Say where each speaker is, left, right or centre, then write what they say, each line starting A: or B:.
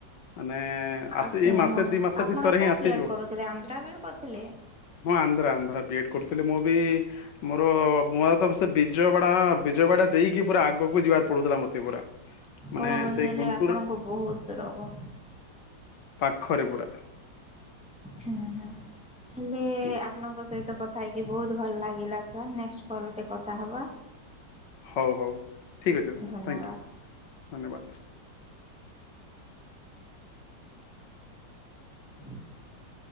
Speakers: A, on the left; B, in the centre.
A: ମାନେ ଆସେ
B: ଆସିନି
A: ଏଇ ମାସେ
B: ହଁ
A: ଦି ମାସ
B: ଆପଣ
A: ଭିତରେ
B: କୋଉ
A: ହିଁ ଆସିଯିବ
B: ବି ଏଡ୍ କରୁଥିଲେ ଆନ୍ଧ୍ରା ବି ଏଡ୍ କରିଥିଲେ?
A: ହଁ ଆନ୍ଧ୍ର ଆନ୍ଧ୍ର ବିଏଡ କରୁଥିଲି ମୁଁ ବି ମୋର ମୁୂଆ ତ ସେ ବିଜୟ ବାଡା ବିଜୟବାଡ଼ା ଦେଇକି ପୁରା ଆଗକୁ ଯିବାର ପଡୁଥିଲା ମତେ ପୁରା ମାନେ
B: ଓ
A: ସେଇ
B: ହେଲେ
A: ଗୁଣ୍ଟୁର
B: ଆପଣଙ୍କୁ ବହୁତ ଦୂରବ
A: ପାଖରି ପୁରା
B: ହୁଁ ହଁ ହେଲେ
A: ହୁଁ,
B: ଆପଣଙ୍କ ସହିତ କଥା ହେଇ ବହୁତ ଭଲ ଲାଗିଲା ସାର୍ ନେକ୍ସଟ କଲ ଟେ କଥା ହବା
A: ହଉ ହଉ ଠିକ୍ ଅଛି ଥ୍ୟାଙ୍କ
B: ଧନ୍ୟବାଦ।
A: ୟୁ ଧନ୍ୟବାଦ
B: <inaudible>